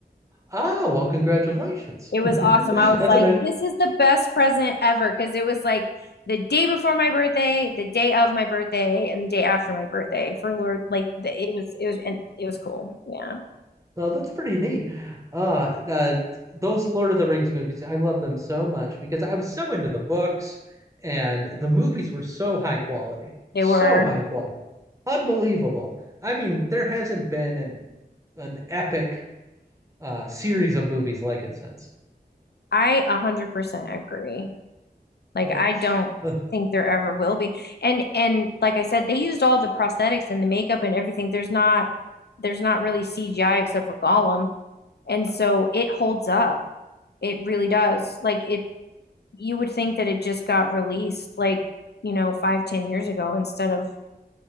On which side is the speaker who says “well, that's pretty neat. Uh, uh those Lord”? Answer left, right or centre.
Right